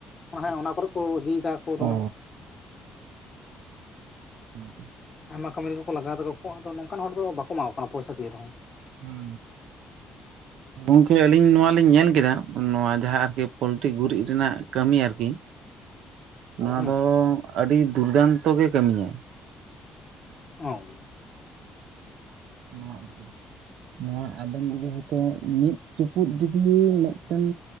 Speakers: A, on the left; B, on the right.
A: ᱦᱮᱸ ᱚᱱᱟ ᱠᱚᱨᱮᱫ ᱠᱚ ᱤᱫᱤᱭ ᱫᱟ ᱠᱚ ᱫᱚᱢᱮ
B: ᱚ
A: <inaudible>
B: <inaudible>
A: ᱟᱭᱢᱟ ᱠᱟᱹᱢᱤ ᱨᱮᱠᱚ ᱞᱟᱜᱟᱣ ᱫᱟᱠᱚ ᱟᱫᱚ ᱱᱚᱝᱠᱟᱱ ᱦᱚᱲ ᱫᱚ ᱵᱟᱠᱚ ᱮᱢᱟᱣ ᱠᱟᱱᱟ ᱯᱚᱭᱥᱟ ᱫᱤᱭ ᱨᱮᱦᱚᱸ
B: ᱦᱩᱸ ᱜᱚᱝᱠᱮ ᱟᱹᱞᱤᱧ ᱱᱚᱣᱟᱞᱤᱧ ᱧᱮᱞ ᱠᱮᱫᱟ ᱱᱚᱣᱟ ᱡᱟᱦᱟᱸ ᱟᱨᱠᱤ ᱯᱳᱞᱴᱤ ᱜᱩᱨᱤᱡ ᱨᱮᱱᱟᱜ ᱠᱟᱹᱢᱤ ᱟᱨᱠᱤ ᱱᱚᱣᱟ
A: ᱦᱮᱸ
B: ᱫᱚ ᱟᱹᱰᱤ ᱫᱩᱨᱫᱟᱱᱛᱚ ᱜᱮ ᱠᱟᱹᱢᱤᱭᱟᱭ
A: ᱚᱭ
B: ᱱᱚᱣᱟ ᱟᱨᱠᱤ ᱱᱚᱣᱟ ᱟᱵᱮᱱ ᱡᱩᱫᱤ ᱦᱚᱭᱛᱳ ᱢᱤᱫ ᱪᱩᱯᱩᱫ ᱡᱩᱫᱤ ᱢᱤᱫᱴᱟᱝ